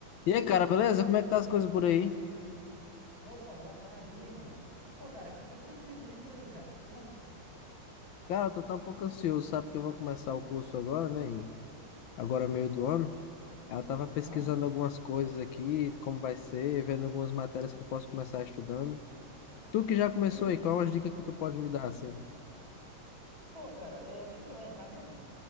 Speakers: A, on the left (about 75°); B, on the right (about 65°).
A: E aí, cara, beleza? Como é que tá as coisas por aí?
B: Opa, boa tarde, e aí, mano? Pô, cara, aqui tá tranquilo, e por aí, cara, tudo certo?
A: Cara, eu tô tão um pouco ansioso, sabe? Que eu vou começar o curso agora, né? E agora, é meio do ano. Aí Eu tava pesquisando
B: Aham,
A: algumas coisas aqui, como vai ser, vendo algumas matérias que eu posso começar estudando. Tu que já começou
B: entendi.
A: aí, qual é uma dica que tu pode me dar, assim?
B: Pô, cara, é, o que que você vai entrar mesmo?